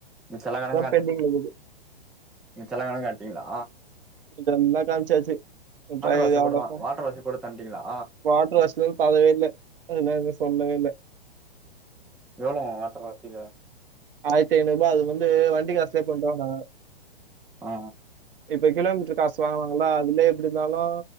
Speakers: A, in the centre; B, on the right.
A: நீ செலவு கணக்க காட்டு
B: பெண்டிங்ல இருக்குது
A: நீங்க செலவுகணக்க காட்னீங்களா
B: இதெல்லா காம்ச்சாச்சு <unintelligible>
A: வாஷ் கூடவா வாட்டர் வாஷ் கூட தந்துட்டீங்களா
B: வாட்டடர் வாஷ்லா தரவே இல்ல அதெல்ல சொல்லவே இல்ல
A: எவ்வளோங்க வாட்டர் வாஷுக்கு
B: ஆயர்த்தி ஐநூறு ரூபா அது வந்து வண்டி காசுலே பண்றுவாங்க
A: ஆ
B: இப்ப கிலோமீட்டரு காசு வாங்குவாங்கல அதுலயே எப்டி இருந்தாலோ